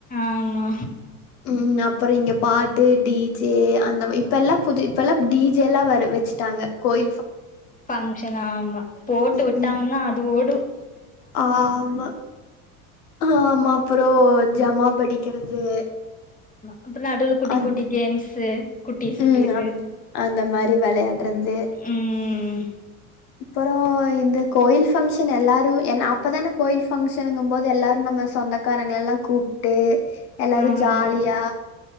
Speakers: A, on the left (about 15°); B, on the left (about 75°).
A: ஆமா
B: உம் அப்புறம் இங்க பாட்டு டீ ஜ அந்த இப்ப எல்லாம் புது இப்ப எல்லாம் டிஜேல்லாம் வ வச்சுட்டாங்க கோய
A: ஃபங்க்ஷன ஆமா போட்டு
B: ம்
A: விட்டாங்கன்னா
B: ம்
A: அது ஓடும்
B: ஆமா ஆஹ ஆமா அப்புறம் ஜமா படிக்கிறது
A: அப்புறம் நடுவுல குட்டி
B: அந்
A: குட்டி கேம்ஸு குட்டிஸ்களுக்கு
B: ம் அந்த அந்த மாரி வெளையாடுறது
A: உம்
B: அப்புறம் இந்த கோயில் பங்க்ஷன் எல்லாரும் இப்பதான கோயில் பங்கஷங்கபோது எல்லாரும் நம்ம சொந்தக்காரங்கள எல்லாம் கூப்பிட்டு எல்லாரும்
A: ஆமா
B: ஜாலியா